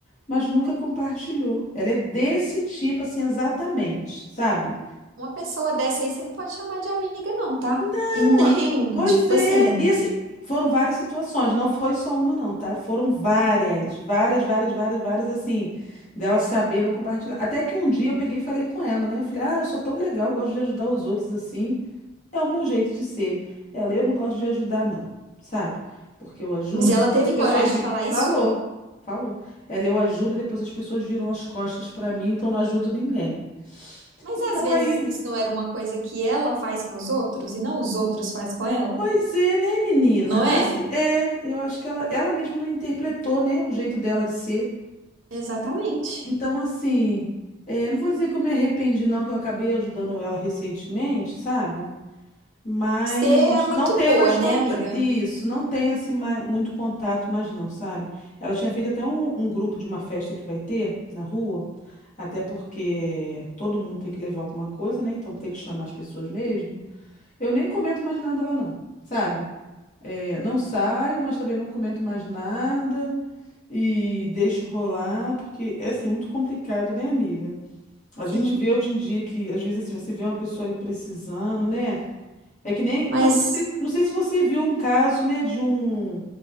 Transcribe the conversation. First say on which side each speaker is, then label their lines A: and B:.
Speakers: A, on the left; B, on the right.
A: mas nunca compartilhou. Ela é desse tipo, assim, exatamente, sabe?
B: Uma pessoa dessa aí você não pode chamar de amiga, não, tá?
A: Não,
B: E nem,
A: a- pois
B: <laughs> tipo
A: é.
B: assim.
A: E assim, foram várias situações, não foi só uma, não, tá? Foram várias, várias, várias, várias, várias, assim, dela saber não compartilhar. Até que um dia eu peguei e falei com ela, né? Eu falei, ah, eu sou tão legal, gosto de ajudar os outros, assim. É o meu jeito de ser. Ela, eu não gosto de ajudar, não, sabe? Porque eu ajudo
B: Mas ela
A: e depois
B: teve
A: as pessoas.
B: coragem
A: vi-
B: de falar
A: Falou,
B: isso?
A: falou. Ela, eu ajudo e depois as pessoas viram as costas pra mim, então não ajudo ninguém.
B: Mas
A: Então
B: às vezes
A: aí,
B: isso não era uma coisa que ela faz com os outros e não os outros faz com ela,
A: pois é, né, menina?
B: não é?
A: Assim, é, eu acho que ela, ela mesma não interpretou, né, o jeito dela de ser.
B: Exatamente.
A: Então, assim, é, não vou dizer que eu me arrependi, não, que eu acabei ajudando ela recentemente, sabe? Mas
B: Você é muito
A: não tenho
B: boa,
A: mais
B: né,
A: contato.
B: amiga?
A: Isso, não tenho assim ma- muito contato, mas não, sabe? Ela tinha feito até um, um grupo de uma festa que vai ter na rua, até porque todo mundo tem que levar alguma coisa, né? Então tem que chamar as pessoas mesmo. Eu nem comento mais nada lá, não, sabe? É, não saio, mas também não comento mais nada e deixo rolar, porque é assim muito complicado, né, amiga? A
B: Sim.
A: gente vê hoje em dia que, às vezes, assim, você vê uma pessoa ali precisando, né? É que nem. tu-
B: Mas,
A: não sei, não sei se você viu um caso, né, de um,